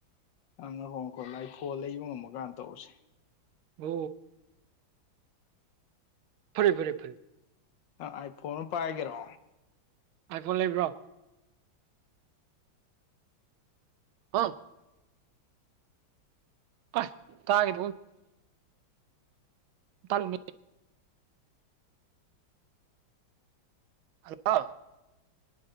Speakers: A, on the left (about 70°); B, on the right (about 85°).
A: ꯑꯪ ꯉꯈꯣꯡ ꯉꯈꯣ ꯂꯥꯏꯈꯣ ꯂꯩꯕ ꯉꯝꯃꯀꯥꯟꯗ ꯇꯧꯔꯁꯦ
B: ꯍꯝ ꯐꯔꯦ ꯐꯔꯦ ꯐꯔꯦ
A: ꯑ ꯑꯥꯏꯐꯣꯟꯅ ꯄꯥꯏꯒꯦꯔꯣ
B: ꯍꯥꯏꯐꯣ ꯂꯩꯕ꯭ꯔꯣ ꯍꯥ ꯑ ꯇꯥꯦꯗꯤ ꯇꯔ ꯎ ꯑꯂ